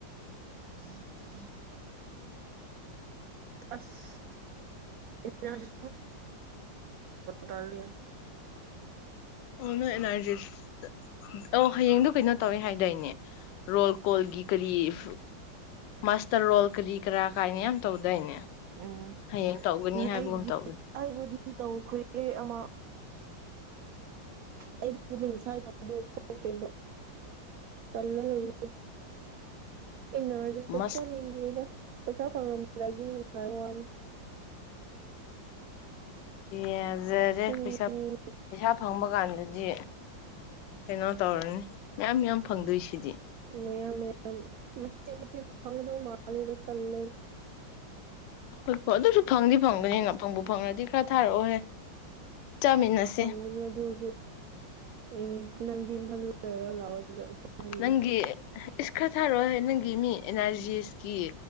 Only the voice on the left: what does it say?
ꯑꯣ ꯅꯣꯏ ꯑꯦꯟ ꯑꯥꯔꯖꯤꯁ ꯑꫭ ꯍꯌꯦꯡꯗꯣ ꯀꯩꯅꯣ ꯇꯧꯋꯦ ꯍꯥꯏꯗꯥꯏꯅꯦ꯫ ꯔꯣꯜ ꯀꯣꯜꯒꯤ ꯀꯔꯤ ꯐ ꯃꯥꯁꯇꯔ ꯔꯣꯜ ꯀꯔꯤ ꯀꯔꯥ ꯀꯥꯏꯅ ꯌꯥꯝ ꯇꯧꯗꯥꯏꯅꯦ
ꯍꯌꯦꯡ ꯇꯧꯒꯅꯤ ꯍꯥꯏꯕꯒꯨꯝ
ꯇꯧꯋꯦ꯫
ꯃꯁ
ꯌꯥꯖꯔꯦ
ꯄꯩꯁꯥ ꯄꯩꯁꯥ ꯐꯪꯕ ꯀꯥꯟꯗꯗꯤ ꯀꯩꯅꯣ ꯇꯧꯔꯅꯤ ꯃꯌꯥꯝ ꯌꯥꯝ ꯐꯪꯗꯣꯏꯁꯤꯗꯤ꯫
ꯍꯣꯏ-ꯍꯣꯏ ꯑꯗꯨꯁꯨ ꯐꯪꯗꯤ ꯐꯪꯕꯅꯤꯅ ꯄꯪꯕꯨ ꯐꯪꯗꯤ ꯈꯔ ꯊꯥꯔꯛꯑꯣꯍꯦ ꯆꯥꯃꯤꯟꯅꯁꯦ꯫
ꯅꯪꯒꯤ ꯏꯁ ꯈꯔ ꯊꯥꯔꯛꯑꯣ ꯅꯪꯒꯤ ꯃꯤ ꯑꯦꯟ ꯑꯥꯔꯖꯤ ꯑꯦꯁꯀꯤ꯫